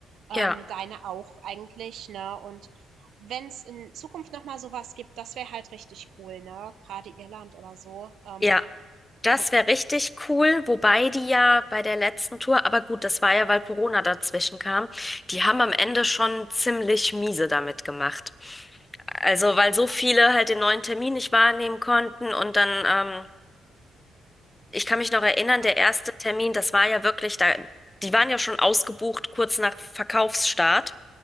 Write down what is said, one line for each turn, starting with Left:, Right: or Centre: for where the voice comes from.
Right: ähm,
Left: Ja.
Right: deine auch eigentlich, ne? Und wenn es in Zukunft nochmal sowas gibt, das wäre halt richtig cool, ne? Gerade Irland oder so, ähm,
Left: Ja, Das
Right: mit den
Left: wäre richtig
Right: Kellys.
Left: cool, wobei die ja bei der letzten Tour, aber gut, das war ja, weil Corona dazwischen kam, die haben am Ende schon ziemlich miese damit gemacht. Also, weil so viele halt den neuen Termin nicht wahrnehmen konnten und dann, ähm, ich kann mich noch erinnern,
Right: Ja,
Left: der erste Termin, das war ja wirklich da, die waren ja schon ausgebucht kurz nach Verkaufsstart.